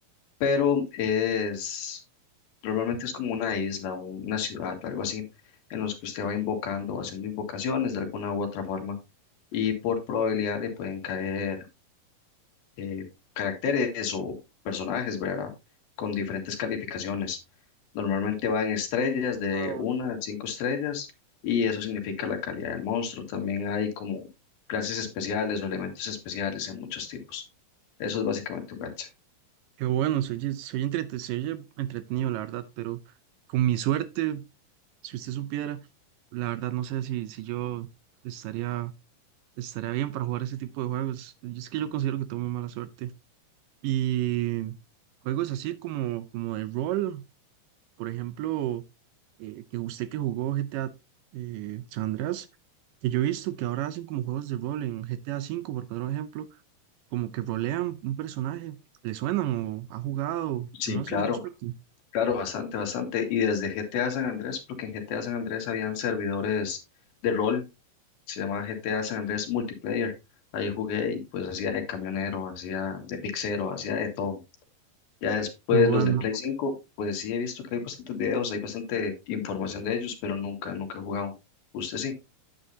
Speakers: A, on the left; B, on the right.
A: Pero es. Normalmente es como una isla, un- una ciudad, algo así, en los que usted va invocando o haciendo invocaciones de alguna u otra forma y por probabilidad le pueden caer eh, caracteres o personajes, ¿verdad? Con diferentes calificaciones. Normalmente van estrellas de
B: Ah,
A: una a cinco estrellas y eso significa la calidad del monstruo. También hay como clases especiales o elementos especiales en muchos tipos. Eso es básicamente un gacha.
B: Qué bueno, se oye, se oye entrete- se oye entretenido, la verdad, pero con mi suerte, si usted supiera, la verdad no sé si, si yo estaría Estaría bien para jugar ese tipo de juegos. Yo es que yo considero que tengo muy mala suerte. Y juegos así como, como de rol, por ejemplo, eh, que usted que jugó GTA eh, San Andreas, que yo he visto que ahora hacen como juegos de rol en GTA cinco por poner un ejemplo, como que rolean un personaje, le suenan o ha jugado,
A: Sí,
B: no
A: claro.
B: sé, al respecto.
A: Claro, bastante, bastante. Y desde GTA San Andrés, porque en GTA San Andrés habían servidores de rol, se llamaba GTA San Andrés Multiplayer. Ahí jugué y pues hacía de camionero, hacía de pixero, hacía de todo. Ya después
B: Pero bueno,
A: los de Play 5, pues sí he visto que hay bastantes videos, hay bastante información de ellos, pero nunca, nunca he jugado. ¿Usted sí?